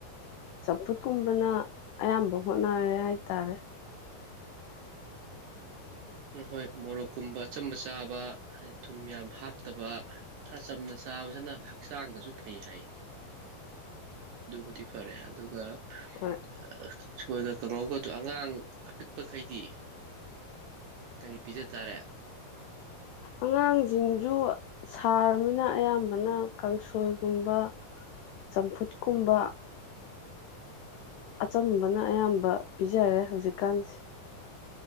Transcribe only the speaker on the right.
ꯍꯣꯏ ꯃꯣꯔꯣꯛꯀꯨꯝꯕ ꯑꯆꯝꯕ ꯆꯥꯕ ꯊꯨꯝ ꯌꯥꯝ ꯍꯥꯞꯇꯕ ꯈꯔ ꯆꯝꯅ ꯆꯥꯕꯁꯤꯅ ꯍꯛꯆꯥꯡꯗꯁꯨ ꯐꯩ ꯍꯥꯏ ꯑꯗꯨꯕꯨꯗꯤ ꯐꯔꯦ ꯑꯗꯨꯒ
ꯑ ꯀꯥꯡꯁꯣꯏꯒ ꯀꯪꯍꯧꯒꯗꯣ ꯑꯉꯥꯡ ꯑꯄꯤꯛꯄꯈꯩꯗꯤ ꯀꯔꯤ ꯄꯤꯖ ꯇꯥꯔꯦ